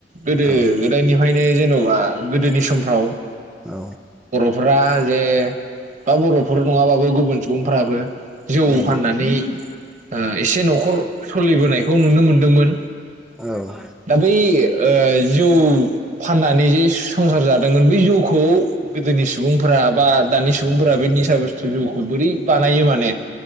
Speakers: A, on the right; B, in the centre.
A: गोदो
B: औ
A: गोदायनि खायनो जेनबा गोदोनि समफ्राव
B: औ
A: फ्रा जे बा बर'फोर नङाबाबो गुबुन सुबुंफोराबो जौ
B: औ
A: फाननानै ओ एसे न'खर सलिबोनायखौ नुनो मोनदोंमोन।
B: औ
A: दा बै ओ जौ फाननानै जे संसार जाद दांमोन बे जौखौ गोदोनि सुबुंफोरा बा दानि सु सुबुंफोरा बेनि स सा गुस्थु जौखौ बोरै बानायो माने